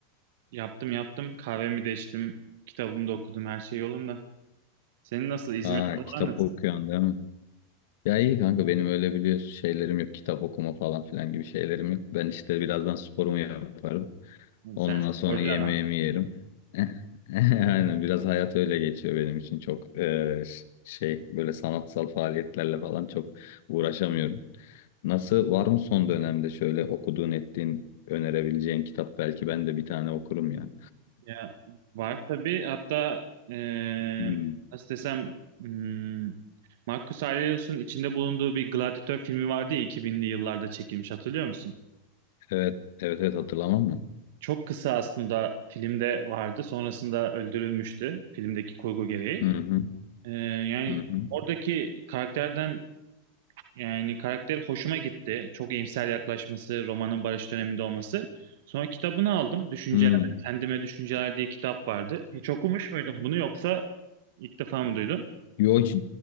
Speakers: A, on the right; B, on the left.
A: Yaptım yaptım. Kahvemi de içtim. Kitabımı da okudum. Her şey yolunda. Senin nasıl? İzmir'de
B: Ha,
A: havalar
B: kitap
A: nasıl?
B: okuyorsun değil mi? Ya iyi kanka benim öyle biliyorsun şeylerim yok. Kitap okuma falan filan gibi şeylerim yok. Ben işte birazdan sporumu yaparım.
A: Hı,
B: Ondan
A: Sen sporcu
B: sonra yemeğimi
A: adam.
B: yerim. <laughs> Aynen biraz hayat öyle geçiyor benim için çok eee, ş- şey böyle sanatsal faaliyetlerle falan çok uğraşamıyorum. Nasıl var mı son dönemde şöyle okuduğun ettiğin önerebileceğin kitap belki ben de bir tane okurum ya.
A: Ya var tabii. Hatta eee
B: Hmm,
A: nasıl desem hmm, Marcus Aurelius'un içinde bulunduğu bir gladyatör filmi vardı ya iki binli yıllarda çekilmiş. Hatırlıyor musun?
B: Evet evet evet hatırlamam mı?
A: çok kısa aslında filmde vardı. Sonrasında öldürülmüştü filmdeki kurgu gereği.
B: Hı hı
A: Ee, yani
B: hı hı.
A: oradaki karakterden yani karakter hoşuma gitti. Çok iyimser yaklaşması, romanın barış döneminde olması. Sonra kitabını aldım. Düşünceler,
B: Hmm.
A: Kendime Düşünceler diye kitap vardı. Hiç okumuş muydun bunu yoksa ilk defa mı duydun?
B: Yo hiç